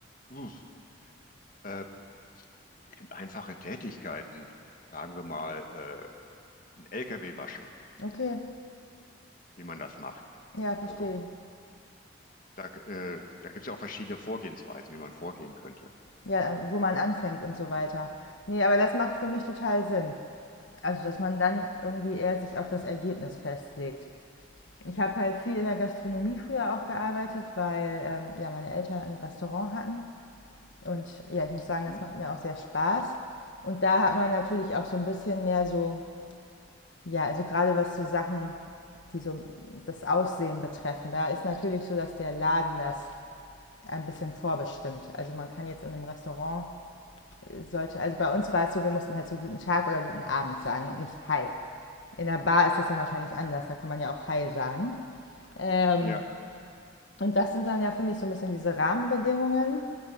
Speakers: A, on the left; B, on the left.
A: uff, äh, eben einfache Tätigkeiten, sagen wir mal, äh, ein LKW waschen,
B: Okay,
A: wie man das macht.
B: ja, verstehe
A: Also
B: ich.
A: da, äh, da gibt es ja auch verschiedene Vorgehensweisen, wie man vorgehen könnte.
B: Ja, äh, wo man anfängt und so weiter. Nee, aber das macht für mich total Sinn. Also, dass man dann irgendwie eher sich auf das Ergebnis festlegt. Ich habe halt viel in der Gastronomie früher auch gearbeitet, weil ähm, ja, meine Eltern ein Restaurant hatten. Und ja, ich muss sagen,
A: Mhm.
B: das macht mir auch sehr Spaß. Und da hat man natürlich auch so ein bisschen mehr so, ja, also gerade was so Sachen, die so das Aussehen betreffen, da ist natürlich so, dass der Laden das ein bisschen vorbestimmt. Also man kann jetzt in einem Restaurant sollte, also bei uns war es so, wir mussten halt so guten Tag oder guten Abend sagen und nicht Hi. In der Bar ist das dann wahrscheinlich anders, da kann man ja auch Hi sagen. Ähm,
A: Ja.
B: und das sind dann ja, finde ich, so ein bisschen diese Rahmenbedingungen.